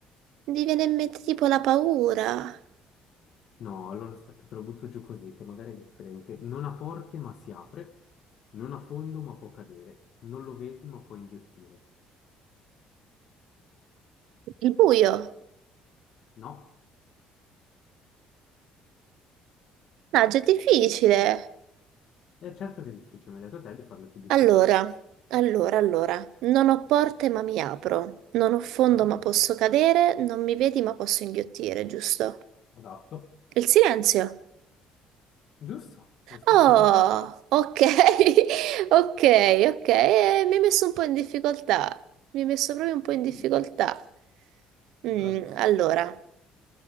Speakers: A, on the right; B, on the left.
A: mi viene in mente tipo la paura,
B: No, allora aspetta, te lo butto giù così, che magari è differente. Non ha porte ma si apre, non ha fondo ma può cadere, non lo vedi ma può inghiottire.
A: il buio.
B: No,
A: No, è difficile.
B: è certo che è difficile, mi hai detto te di farle più difficili.
A: Allora, allora, allora, non ho porte ma mi apro, non ho fondo
B: Giusto.
A: ma posso cadere, non mi vedi ma posso inghiottire, giusto?
B: Esatto,
A: Il silenzio.
B: giusto, risposta
A: Oh,
B: corretta.
A: ok, <laughs> ok, ok, eh, mi hai messo un po' in difficoltà, mi hai messo proprio un po' in difficoltà.
B: Mm.
A: Mm,
B: Bravissima.
A: allora,